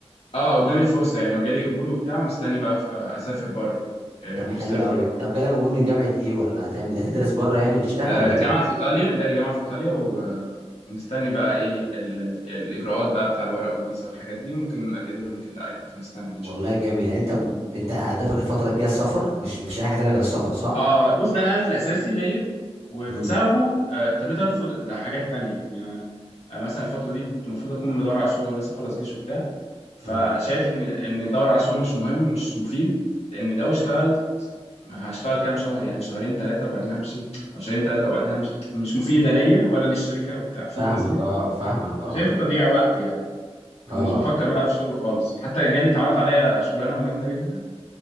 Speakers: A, on the left; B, on the right.
A: آه، قدامي فرصه يعني وجالي قبول وبتاع ومستني بقى آه، اسافر بره آه،
B: طب
A: ماجستير
B: حلو قوي
A: بره
B: طب جالك قبول من جامعه ايه ولا هتعمل هتدرس بره يعني وتشتغل
A: آه،
B: ولا تعمل
A: جامعة
B: إيه؟
A: في إيطاليا جالي جامعة في إيطاليا و- آه، ومستني بقى إيه ال- ال- الإجراءات بقى بتاع الورق والفيزا والحاجات دي ممكن أتقبل وممكن لأ يعني فمستني إن
B: والله
A: شاء الله
B: جامد يعني انت انت هدفك الفتره الجايه السفر مش مفيش اي حاجه تانية غير السفر صح
A: آه بص ده الهدف الأساسي ليا وبسببه
B: امم
A: آه، اضطريت أرفض ده حاجات تانية يعني أنا آه، مثلا الفترة دي كنت المفروض أكون بدور على شغل لسه خلص جيش وبتاع فشايف
B: امم
A: إن إن أدور على شغل مش مهم مش مفيد لأن لو اشتغلت هشتغل كام شهر يعني شهرين ثلاثة وبعدين همشي أو شهرين ثلاثة وبعدين همشي مش مفيدة ليا ولا للشركة وبتاع فاهم
B: فاهمك
A: قصدي؟
B: اه فاهمك اه
A: شايفه تضييع وقت يعني فمش
B: اه
A: بفكر بقى في شغله خالص حتى جالي اتعرض عليا شغلانه جامده جدا